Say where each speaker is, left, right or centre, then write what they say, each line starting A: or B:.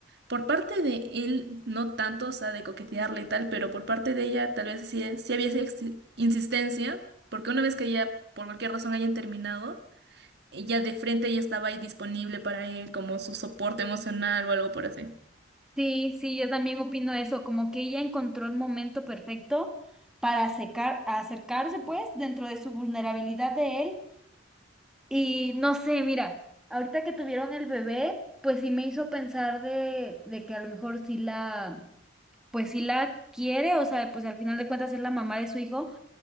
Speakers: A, on the right (about 60°); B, in the centre.
A: por parte de él, no tanto, o sea, de coquetearle y tal, pero por parte de ella tal vez sí, sí había esa exi- insistencia, porque una vez que ya por cualquier razón hayan terminado, ella de frente ya estaba ahí disponible para él como su soporte emocional o algo por así.
B: Sí, sí, yo también opino eso, como que ella encontró el momento perfecto para acercar- acercarse pues dentro de su vulnerabilidad de él. Y no sé, mira, ahorita que tuvieron el bebé, pues sí me hizo pensar de, de que a lo mejor sí la, pues sí la quiere, o sea, pues al final de cuentas es la mamá de su hijo,